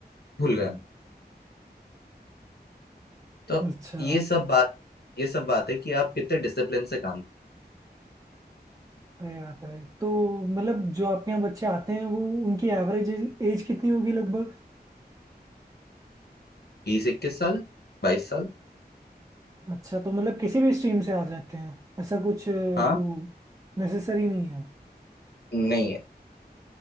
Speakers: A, on the left; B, on the right.
A: भूल गए तो
B: अच्छा
A: ये सब बात ये सब बात है कि आप कितने डिसिप्लिन से काम
B: सही बात है भाई तो मतलब जो आपके यहाँ बच्चे आते हैं वो उनकी एवरेज एज कितनी होगी लगभग
A: बीस इक्कीस साल बाईस साल
B: अच्छा तो मतलब किसी भी स्ट्रीम से आ जाते हैं ऐसा कुछ अ,
A: हाँ
B: वो नेसेसरी नहीं है
A: नहीं है